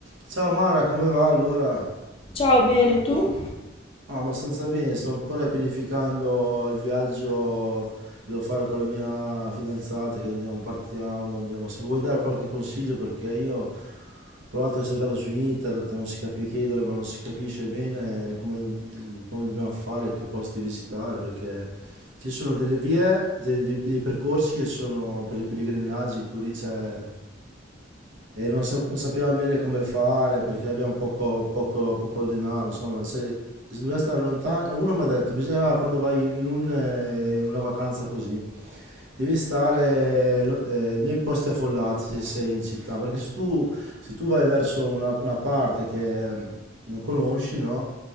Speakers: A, on the right (about 75°); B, on the left (about 30°).
A: Ciao Mara, come va allora?
B: Ciao, bene, tu?
A: Ah, abbastanza bene, sto ancora pianificando il viaggio che devo fare con la mia fidanzata, che andiamo, partiamo, andiamo. Se mi vuoi dare qualche consiglio, perché io ho provato a cercare su internet, non si capisce chiedere, ma non si capisce bene come, do- come dobbiamo fare, che posti visitare, perché ci sono delle vie, dei, dei- dei percorsi che sono per i pellegrinaggi, turi- cioè e non, sa- non sappiamo bene come fare perché abbiamo poco, poco- poco denaro, insomma, se, se dobbiamo stare lontani, uno mi ha detto, bisogna quando vai in, un, eh, in una vacanza così, devi stare lo- eh, nei posti affollati se sei in città, perché se tu, se tu vai verso una, una parte che mm, non conosci, no?